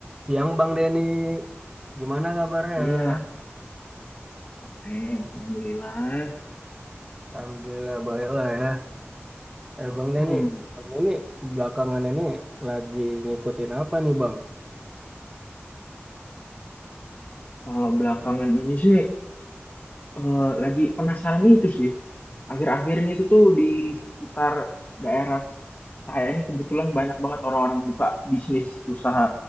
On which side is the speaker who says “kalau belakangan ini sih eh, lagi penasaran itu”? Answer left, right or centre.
Left